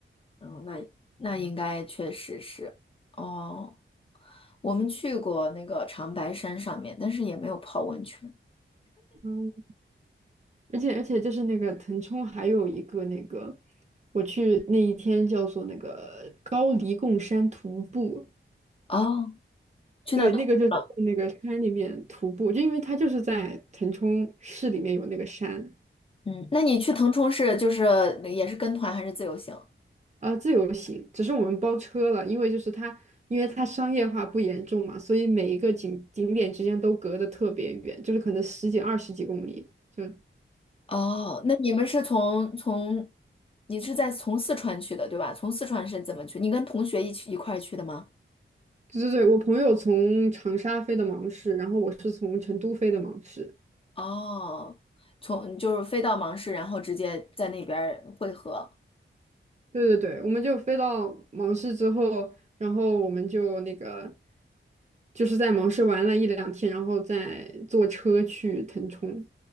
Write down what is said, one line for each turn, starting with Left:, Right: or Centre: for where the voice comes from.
Left: 嗯，那那应该确实是。哦，我们去过那个长白山上面，但是也没有泡温泉。
Right: 嗯，而且而且就是那个腾冲还有一个那个，我去那一天叫做那个高黎贡山徒步。
Left: 哦，去那儿徒步了。
Right: 对，那个就是在那个山里面徒步，就因为它就是在腾冲市里面有那个山，
Left: 嗯，那你去腾冲是就是也是跟团还是自由行？
Right: 啊，自由行，只是我们包车了，因为就是它，因为它商业化不严重嘛，所以每一个景景点之间都隔得特别远，就是可能十几、二十几公里。就
Left: 哦，那你们是从从，你是在从四川去的，对吧？从四川是怎么去？你跟同学一起一块儿去的吗？
Right: 对对对，我朋友从长沙飞的芒市，然后我是从成都飞的芒市，
Left: 哦，从就是飞到芒市，然后直接在那边儿汇合。
Right: 对对对，我们就飞到芒市之后，然后我们就那个，就是在芒市玩了一两天，然后再坐车去腾冲。